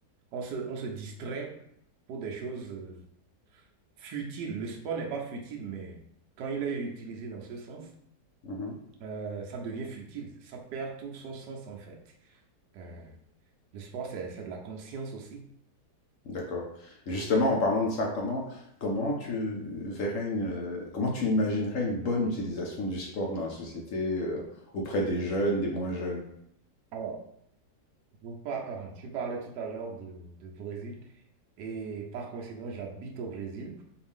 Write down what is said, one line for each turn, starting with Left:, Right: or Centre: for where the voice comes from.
Right: on se, on se distrait pour des choses euh, futiles. Le sport n'est pas futile, mais quand il est utilisé dans ce sens,
Left: mhm.
Right: euh, ça devient futile. Ça perd tout son sens, en fait. Euh, Le sport, c'est c'est de la conscience aussi.
Left: D'accord. Et Justement, en parlant de ça, comment, comment tu verrais une, comment tu imaginerais une bonne utilisation du sport dans la société, euh, auprès des jeunes, des moins jeunes?
Right: Alors, vous par- alors, tu parlais tout à l'heure de, de Brésil et par coïncidence, j'habite au Brésil